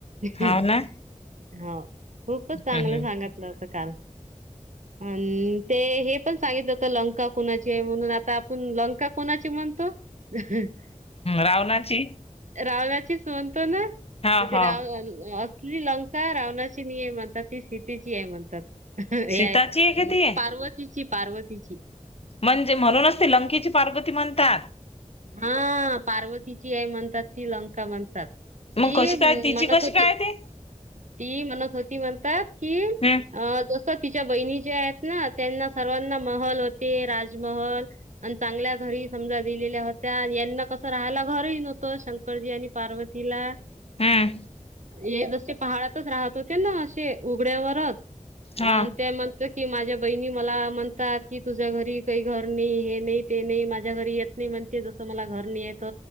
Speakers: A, on the right; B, on the left.
A: हो
B: हाव ना
A: खूपच
B: हम्म
A: चांगलं
B: हम्म.
A: सांगितलं. आणि ते हे पण सांगितलं आता लंका कोणाची म्हणून, आता आपण लंका कोणाची म्हणतो? <unintelligible>
B: रावणाची.
A: रावनाचीच म्हणतो ना
B: हा
A: तर ते
B: हो
A: रावण अस- - आपली लंका रावणाची नाही आहे म्हणतात ती सीतेची आहे म्हणतात. हा हे
B: सीताची
A: आहे....
B: का ती
A: पार्वतीची पार्वतीची.
B: म्हणजे म्हणूनच ते लंकेची पार्वती म्हणतात.
A: हा पार्वतीची आहे म्हणतात ती लंका म्हणतात. ती
B: मग कशी काय तिची
A: म्हणत
B: कशी
A: होती.
B: काय ते
A: ती म्हणत होती म्हणतात की अ
B: हम्म
A: जस तिच्या बहिणी ज्या आहेत ना त्यांना सर्वांना महल होते राजमहल आणि चांगल्या घरी समजा दिलेल्या होत त्या यांना कसं राहायला घरही नव्हतं शंकरजी आणि पार्वतीला
B: हा..
A: हे जसे पहाडातच राहत होते ना असे उघड्यावरच अ
B: हा
A: त्या की माझ्या बहिणी मला म्हणतात की तुझ्या घरी काही घर नाही हे नाही ते नाही माझ्या घरी येत- - म्हणते जसं मला घरणी येत